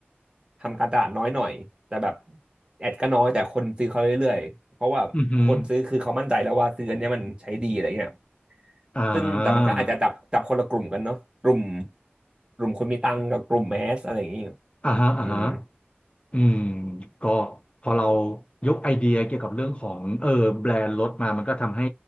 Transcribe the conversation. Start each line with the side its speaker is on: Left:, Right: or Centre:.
Right: ทำการตลาดน้อยหน่อยแต่แบบแอดก็น้อยแต่คนซื้อเขาเรื่อยๆเพราะว่าคนซื้อคือเขามั่นใจแล้วว่าซื้ออันเนี้ยมันใช้ดีอะไรเงี้ย
Left: อือหืออ่า
Right: ซึ่งแต่มันก็อาจจะจับจับคนละกลุ่มกันเนาะกลุ่มกลุ่มคนมีตังค์กับกลุ่มแมสอะไรอย่างงี้
Left: อ่าฮะอ่าฮะ
Right: อืม
Left: อืมก็พอเรายกไอเดียเกี่ยวกับเรื่องของเออแบรนด์รถมามันก็ทำให้